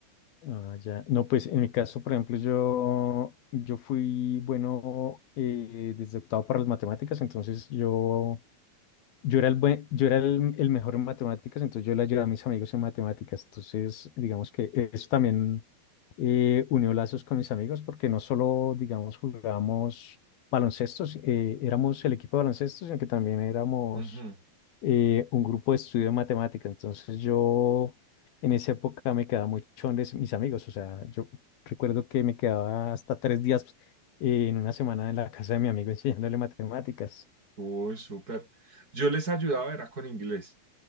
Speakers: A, on the left; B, on the right.
A: Ah, ya. No, pues en mi caso, por ejemplo, yo, yo fui bueno eh, desde octavo para las matemáticas, entonces yo Yo era el, buen- yo era el, el mejor en matemáticas, entonces yo le ayudaba a mis amigos en matemáticas. Entonces, digamos que eso también eh, unió lazos con mis amigos, porque no solo, digamos, jugábamos baloncestos, eh, éramos el equipo de baloncesto, sino que también éramos
B: Ujú.
A: eh, un grupo de estudio de matemáticas. Entonces, yo en esa época me quedaba mucho donde mis amigos. O sea, yo recuerdo que me quedaba hasta tres días eh, en una semana en la casa de mi amigo enseñándole matemáticas.
B: Uy, súper. Yo les ayudaba, era con inglés.